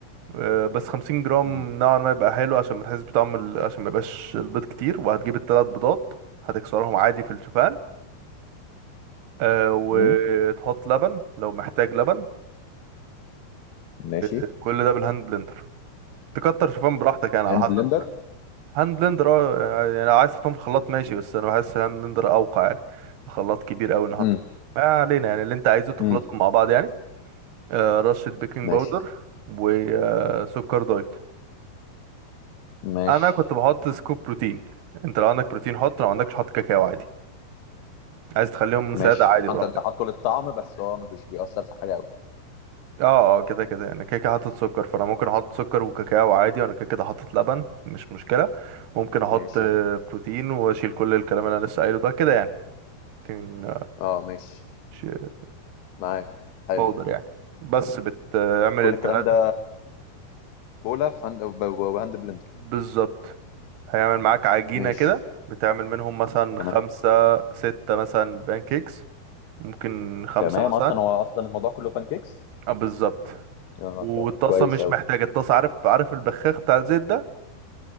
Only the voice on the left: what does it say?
امم
امم
ماشي
هاند
بلندر
امم
امم
ماشي
ماشي
ماشي
آه، انت انت حاطه للطعم بس هو مش بيأثر في حاجه قوي
ماشي
اه ماشي
معاك حلو
كل
الكلام ده بولا في هاند ب- ب- بهاند بلندر
ماشي
تمام
تمام
اصلا هو اصلا الموضوع كله بانكيكس
اه
طب كويس
اوي